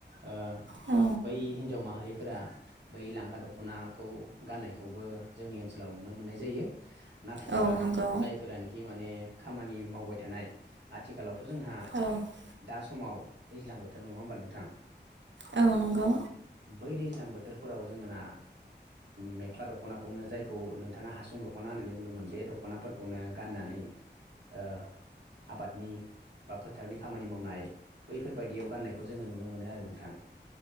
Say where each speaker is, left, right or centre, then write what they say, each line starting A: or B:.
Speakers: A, on the right; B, on the right.
A: ओ
B: औ
A: बै हिन्जाव माहारिफोरा बै लांगा दख'नाखौ गाननायखौबो जोंनि ओनसोलाव नुनो मोननाय जायो। नाथायबा
B: औ नंगौ
A: जायफोरानोखि माने खामानि मावबाय थानाय आथिखालावथ' जोंहा
B: औ
A: दा समाव दैज्लां बोथोर नङा होमबा नोंथां?
B: औ‌ नंगौ।
A: बै दैज्लां बोथोर‌ फोराव जोंना मेख्ला दख'नाखौनो जायखौ नोंथाङा हासुं दख'ना होननानै बुंदोंमोन बे दख'नाफोरखौनो गाननानै ओ आबादनि बा फोथारनि खामानि मावनाय बैफोरबायायदियाव गाननायखौ जोङो नुनो मोनो आरो नोंथां।